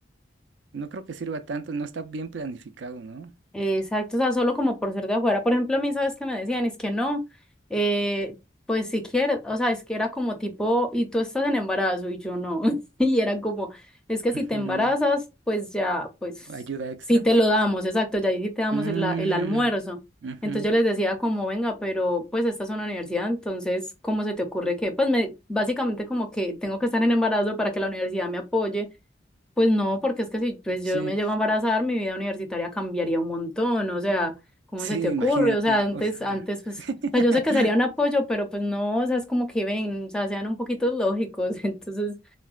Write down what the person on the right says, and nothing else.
no creo que sirva tanto, no está bien planificado, ¿no?
Ujú.
¿Ayuda extra?
Mm,
ujú.
Sí,
sí,
imagínate.
O sea,
<laughs>